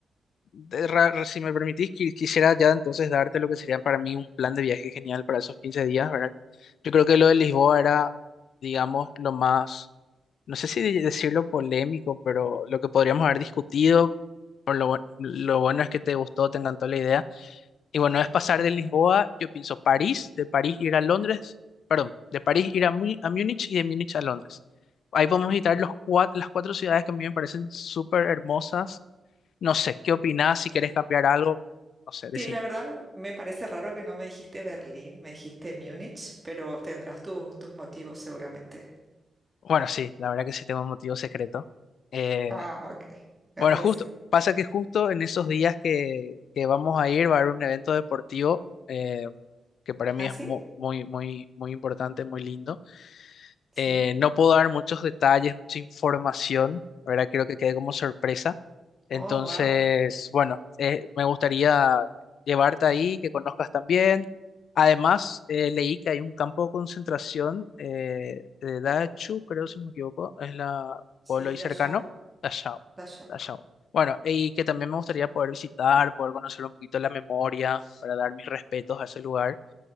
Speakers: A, on the left; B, on the right.
A: de ra- si me permitís, qui- quisiera ya entonces darte lo que sería para mí un plan de viaje genial para esos 15 días, ¿verdad? Yo creo que lo de Lisboa era, digamos, lo más, no sé si de- decirlo polémico, pero lo que podríamos haber discutido, por lo, bu- lo bueno es que te gustó, te encantó la idea. Y
B: Sí.
A: bueno, es pasar de Lisboa, yo pienso París, de París ir a Londres, perdón, de París ir a, Mu- a Múnich y de Múnich a Londres. Ahí podemos visitar los, cua- las cuatro ciudades que a mí me parecen súper hermosas no sé, ¿qué opinás? Si querés cambiar algo, no sé, decime.
B: Sí, la verdad m- me parece raro que no me dijiste Berlín, me dijiste Múnich, pero tendrás tus tus motivos seguramente.
A: Bueno, sí, la verdad que sí tengo un motivo secreto. Eh,
B: Ah, ok, me
A: bueno,
B: pareció.
A: justo, pasa que justo en esos días que, que vamos a ir va a haber un evento deportivo eh, que para mí
B: ¿Ah,
A: es
B: sí?
A: mu- muy, muy, muy importante, muy lindo.
B: Sí.
A: Eh, no puedo dar muchos detalles, mucha información, ¿verdad? Quiero que quede como sorpresa. Entonces,
B: Oh, wow.
A: bueno, eh, me gustaría llevarte ahí, que conozcas también. Además, eh, leí que hay un campo de concentración eh, de Dachau, creo si no me equivoco, es la
B: Sí,
A: pueblo ahí cercano,
B: Dachau,
A: Dachau,
B: Dachau.
A: Dachau. Bueno, y que también me gustaría poder visitar, poder conocer un poquito la memoria, para dar mis respetos a ese lugar.